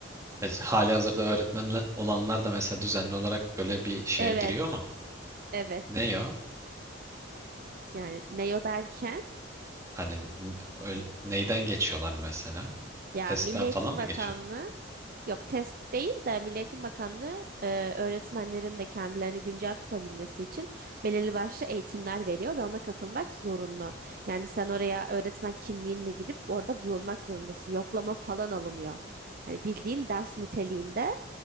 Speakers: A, on the right; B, on the right.
A: mes- hali hazırda öğretmen olanlar da mesela düzenli olarak böyle bir şeye
B: Evet,
A: giriyor mu?
B: evet.
A: Ne ya?
B: Yani ne o derken?
A: Hani n- öyle- neyden geçiyorlar mesela?
B: Ya
A: Testten
B: Milli
A: falan
B: Eğitim
A: mı
B: Bakanlığı
A: geçiyorlar?
B: Yok test değil de Milli Eğitim Bakanlığı e, öğretmenlerin de kendilerini güncel tutabilmesi için belirli başlı eğitimler veriyor ve ona katılmak zorunlu. Yani sen oraya öğretmen kimliğinle gidip orada bulunmak zorundasın. Yoklama falan alınıyor. Hani bildiğin ders niteliğinde